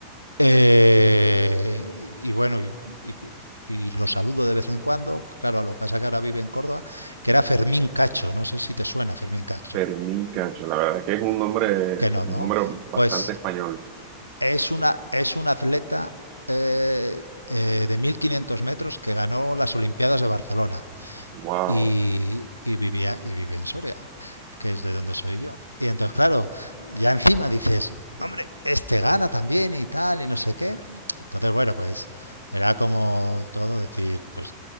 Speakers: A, on the left; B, on the right.
A: Eh, y, y bueno, y, y- y lo saludo de vez en cuando. Claro, lo que pasa es que ahora vive en Córdoba, que era Fermín Cacho. No sé si te suena Fermín Cacho.
B: Fermín Cacho, la verdad es que es un nombre,
A: Que no,
B: un
A: ¿no?
B: nombre bastante
A: Pues
B: español.
A: Es, una, es un atleta eh, eh, de 1500 metros que ganó las Olimpiadas de Barcelona
B: Wow,
A: y, y vivía, y vive en Soria, que es de donde soy yo. Y entonces, claro, ya encima dices, hombre, este gana también y tal, y no sé qué. Entonces, bueno, pues era como todo decir, pues